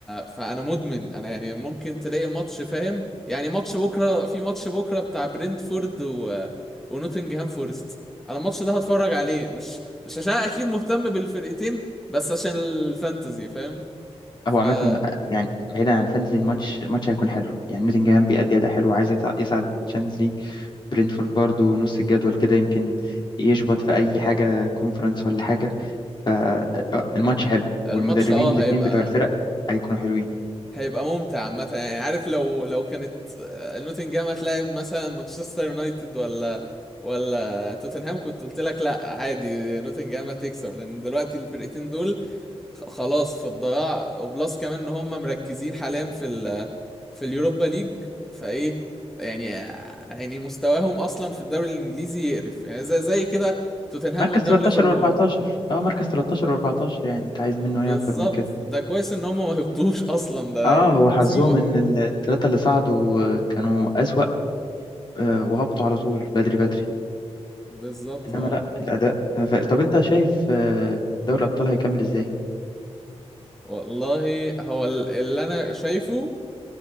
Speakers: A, in the centre; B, on the left (about 40°).
A: فانا مدمن انا يعني ممكن تلاقي ماتش فاهم يعني ماتش بكره في ماتش بكره بتاع برنتفورد و... ونوتنجهام فورست انا الماتش ده هتفرج عليه مش مش عشان أنا اكيد مهتم بالفرقتين بس عشان الفانتزي فاهم فانا
B: هو عامة يعني بعيدا عن فانتزي الماتش الماتش هيكون حلو يعني نوتنجهام بيأدي أداء حلو عايز يتع- يصعد تشامبيونز ليج برينتفورد برضه نص الجدول كده يمكن يشبط في أي حاجة كونفرنس ولا حاجة فالماتش حلو
A: الماتش
B: والمدربين
A: اه
B: الاتنين
A: هيبقى
B: بتوع الفرق هيكونوا حلوين
A: هيبقى ممتع عامة يعني عارف لو لو كانت آه، نوتنجهام هتلاعب مثلا مانشستر يونايتد ولا ولا توتنهام كنت قلت لك لا عادي نوتنجهام هتكسب لان دلوقتي الفرقتين دول خ- خلاص في الضياع وبلس كمان ان هم مركزين حاليا في ال في اليوروبا ليج فايه يعني مم. يعني مستواهم اصلا في الدوري الانجليزي يقرف يعني زي زي كده توتنهام
B: مركز
A: قدام
B: 13
A: ليفربول
B: و14 اه مركز 13 و14 يعني انت عايز
A: بالظبط
B: منه ايه اكتر من كده
A: ده كويس ان هم ما هبطوش اصلا ده
B: اه
A: يعني
B: هو
A: دي
B: حظهم
A: مصيبة
B: ان الثلاثة اللي صعدوا آه، كانوا أسوأ آه، وهبطوا على طول بدري بدري
A: بالظبط
B: انما
A: اه
B: لا الاداء فرق طب انت شايف آه، دوري الابطال هيكمل ازاي
A: والله هو ال- اللي انا شايفه